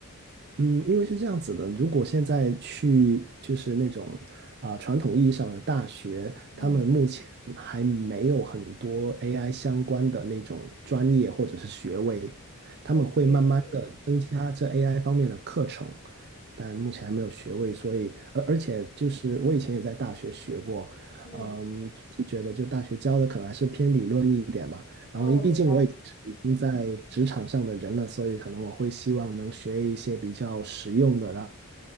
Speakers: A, on the right; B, on the left.
A: 嗯，因为是这样子的，如果现在去就是那种啊、传统意义上的大学，
B: 嗯
A: 他们目前还没有很多 AI 相关的那种专业或者是学位，他们会慢慢的增加这
B: ，OK，OK，
A: AI 方面的课程，但目前还没有学位，所以而而且就是我以前也在大学学过，
B: 嗯，
A: 嗯，总体觉得就大学教的可能还是偏理论一点吧。然后因为毕竟我已经是已经在职场上的人了，
B: 然后我明。
A: 所以可能我会希望能学一些比较实用的，然